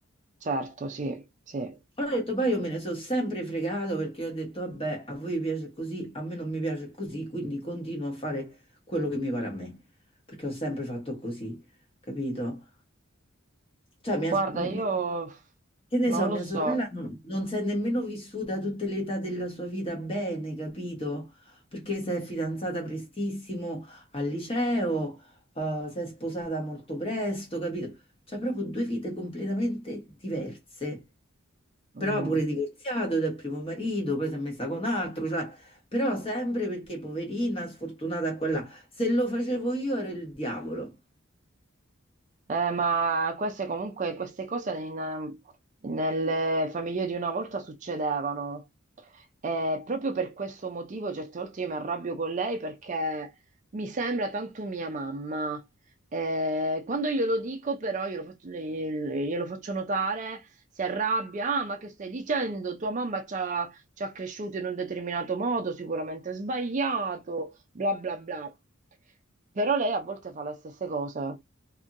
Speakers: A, on the right; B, on the left.
A: certo, sì, sì.
B: Allora ho detto, poi io me ne sono sempre fregato perché ho detto, vabbè, a voi piace così, a me non mi piace così, quindi continuo a fare quello che mi pare a me, perché ho sempre fatto così, capito? Cioè, mia-
A: Guarda,
B: mi-
A: io
B: che ne
A: non
B: so,
A: lo
B: mia
A: so.
B: sorella non, non si è nemmeno vissuta tutte le età della sua vita bene, capito? Perché si è fidanzata prestissimo al liceo, eh, si è sposata molto presto, capito? Cioè, proprio due vite completamente diverse.
A: Mm.
B: Però pure divorziato dal primo marito, poi si è messa con altro, cioè, però sempre perché poverina, sfortunata qua e là. Se lo facevo io era il diavolo.
A: Eh, ma queste comunque, queste cose in- nelle famiglie di una volta succedevano. E proprio per questo motivo certe volte io mi arrabbio con lei perché mi sembra tanto mia mamma. Eh, quando glielo dico però, glielo faccio, glielo faccio notare, si arrabbia, ah, ma che stai dicendo? Tua mamma ci ha, ci ha cresciuto in un determinato modo, sicuramente sbagliato, bla bla bla. Però lei a volte fa le stesse cose.